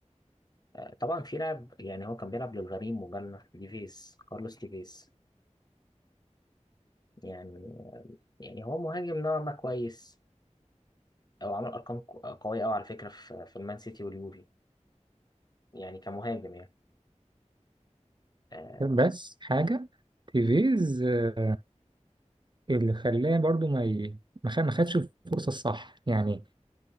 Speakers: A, on the left; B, on the right.
A: آه، طبعا في لاعب يعني هو كان بيلعب للغريم وجالنا ديفيز كارلوس ديفيز يعني يعني هو مهاجم نوعا ما كويس أو عمل أرقام ك- قوية أوي على فكرة في في المان سيتي واليوفي يعني كمهاجم يعني آه،
B: بس حاجه تيفيز آه، اللي خلاه برضو ما ي... ما خد- ما خدش الفرصه الصح يعني